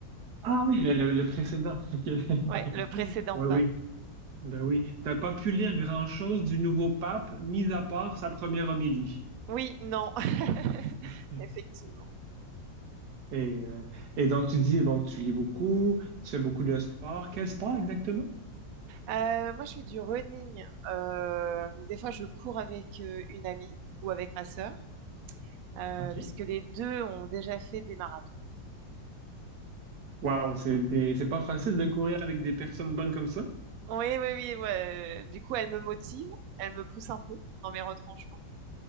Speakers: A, on the right; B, on the right.
A: Ah oui, le, le- le précédent. OK. <laughs>
B: ouais, le précédent
A: Oui,
B: pape.
A: oui. Ben oui. T'as pas pu lire grand-chose du nouveau pape, mis à part sa première homélie.
B: Oui, non, <laughs>
A: <laughs>
B: effectivement.
A: Et, euh, et donc, tu dis, donc, tu lis beaucoup, tu fais beaucoup de sport. Quel sport exactement?
B: Euh, moi, je fais du running. Euh, donc des fois, je cours avec euh, une amie ou avec ma sœur. euh,
A: OK.
B: puisque les deux ont déjà fait des marathons.
A: Waouh, c'est des- c'est pas facile de courir avec des personnes bonnes comme ça.
B: Oui, oui, oui. ouais. euh, Du coup, elle me motive, elle me pousse un peu dans mes retranchements.